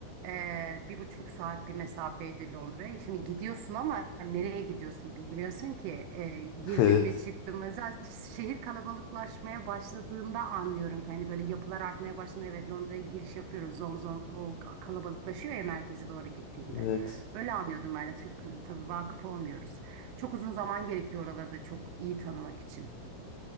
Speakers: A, on the right; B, on the left.
A: Ee, bir buçuk saat bir mesafeydi Londra'ya. Şimdi gidiyorsun ama nereye gidiyorsun bilmiyorsun ki. Ee,
B: <laughs>
A: girdim
B: Evet.
A: mi çıktım mı. Zaten şehir kalabalıklaşmaya başladığında anlıyorum ki hani böyle yapılar artmaya başladığında evet Londra'ya giriş yapıyoruz. Zon zon o kalabalıklaşıyor ya merkeze doğru gittiğinde.
B: Evet.
A: Öyle anlıyordum ben de. Çok tabii vakıf olmuyoruz. Çok uzun zaman gerekiyor oraları da çok iyi tanımak için.